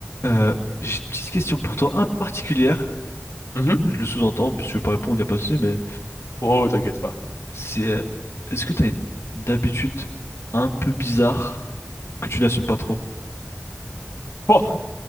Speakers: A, on the left; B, on the left.
A: Euh, j'ai une petite question pour toi, un peu particulière.
B: Mhm.
A: Je le sous-entends, si tu veux pas répondre, il n'y a pas de souci, mais
B: Oh, t'inquiète pas.
A: c'est euh, est-ce que tu as une, une habitude un peu bizarre que tu n'assumes pas trop?
B: Oh.